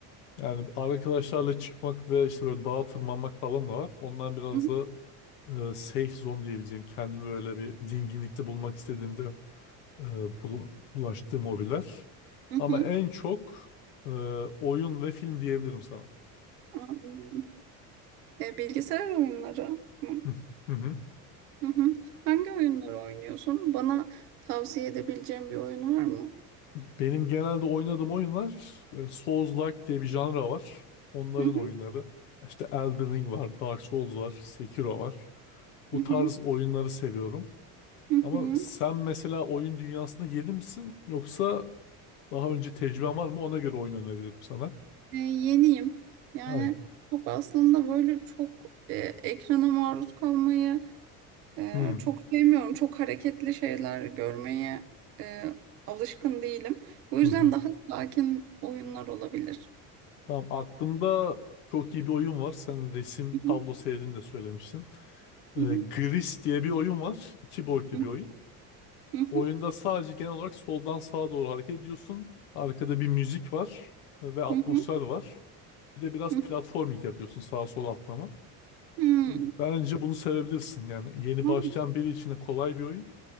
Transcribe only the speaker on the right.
Hı hı.
Hı hı.
Hı hı. E, bilgisayar oyunları. Hı.
Hı hı. Hangi oyunları oynuyorsun? Bana tavsiye edebileceğin bir oyun var mı?
Hı hı,
hı hı,
hı
hı.
E, yeniyim. Yani
çok aslında böyle çok e, ekrana maruz kalmayı e,
çok sevmiyorum. Çok hareketli şeyler görmeye e, alışkın değilim. O yüzden
daha sakin oyunlar olabilir.
Hı
hı,
hı
hı,
hı hı,
hı hı,
hı hı,
hı hı,
Hmm.